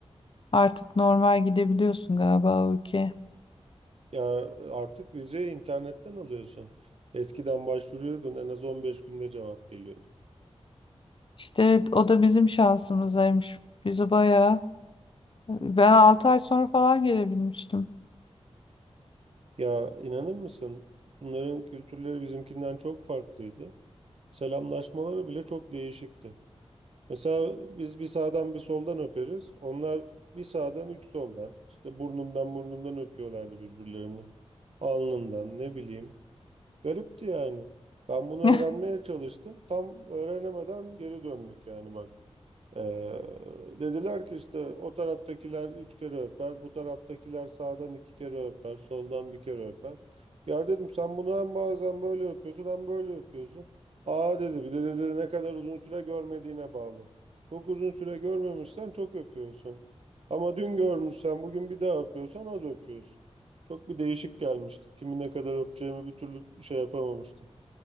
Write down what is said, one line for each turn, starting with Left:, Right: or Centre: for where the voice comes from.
Left: Artık normal gidebiliyorsun galiba o ülkeye.
Right: Ya artık vizeyi internetten alıyorsun. Eskiden başvuruyordun en az 15 günde cevap geliyordu.
Left: İşte o da bizim şansımızaymış. Bizi bayağı ben 6 ay sonra falan gelebilmiştim.
Right: Ya inanır mısın? Bunların kültürleri bizimkinden çok farklıydı. Selamlaşmaları bile çok değişikti. Mesela biz bir sağdan bir soldan öperiz. Onlar bir sağdan üç soldan. İşte burnundan burnundan öpüyorlardı birbirlerini. Alnından ne bileyim. Garipti yani. Ben bunu öğrenmeye
Left: <laughs>
Right: çalıştım. Tam öğrenemeden geri döndük yani bak. Ee, dediler ki işte o taraftakiler üç kere öper, bu taraftakiler sağdan iki kere öper, soldan bir kere öper. Ya dedim sen bunu hem bazen böyle öpüyorsun hem böyle öpüyorsun. Aa dedi bir de dedi ne kadar uzun süre görmediğine bağlı. Çok uzun süre görmemişsen çok öpüyorsun. Ama dün görmüşsen bugün bir daha öpüyorsan az öpüyorsun. Çok bir değişik gelmişti. Kimi ne kadar öpeceğimi bir türlü şey yapamamıştım.